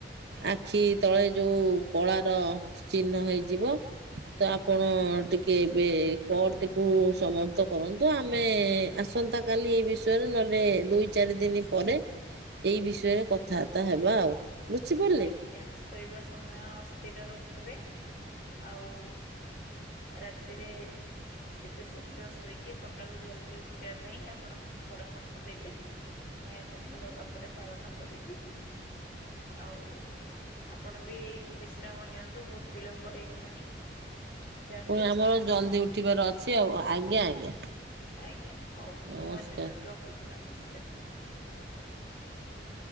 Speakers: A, on the right (about 65°); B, on the left (about 50°).
A: ଆଖି ତଳେ ଯୋଉ କଳା ଚ ଚିହ୍ନ ହେଇଯିବ ତ ଆପଣ
B: ଆଜ୍ଞା
A: ଟି କେ ଏବେ କଲଟିକୁ ସମାପ୍ତ କରନ୍ତୁ ଆମେ ଆସନ୍ତା କାଲି ଏଇ ବିଷୟ ନହେଲେ ଦୁଇ ଚାରି ଦିନି ପରେ ଏଇ ବିଷୟରେ କଥାବାର୍ତ୍ତା ହେବା ଆଉ। ବୁଝି ପାରିଲେ?
B: ଥ୍ୟାଙ୍କସ୍ ଶୋଇବା ସମୟ ସ୍ଥିର ରଖିବେ ଆଉ ରାତିରେ ଯେତେ ଶୀଘ୍ର ଶୋଇକି ସକାଳୁ ଜଲଦି ଉଠିବା ପାଇଁ ଆପଣ ମତେ ପରାମର୍ଶ ଦେଲେ। ମୁଁ ଏହାକୁ ଭଲ ଭାବରେ ପାଳନ କରିବି। ଆଉ, ଆପଣ ବି ବିଶ୍ରାମ ନିଅନ୍ତୁ ବହୁତ ବିଳମ୍ବ ହେଇଗଲାଣି। ଯାଆନ୍ତୁ
A: ପୁଣି ଆମର
B: ଆପଣ
A: ଜଲ୍ଦି ଉଠିବାର ଅଛି ଆଉ ଆଜ୍ଞା, ଆଜ୍ଞା।
B: ଆଜ୍ଞା, ହଉ
A: ନମସ୍କାର।
B: ଧନ୍ୟବାଦ, ରଖୁଛି ନମସ୍କାର।